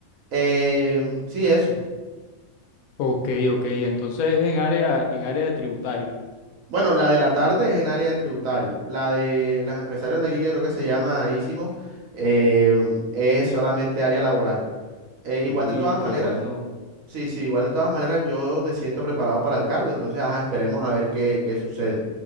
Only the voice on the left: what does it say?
Ok, ok, entonces es en área, en área de tributario.
Uy,
qué bueno.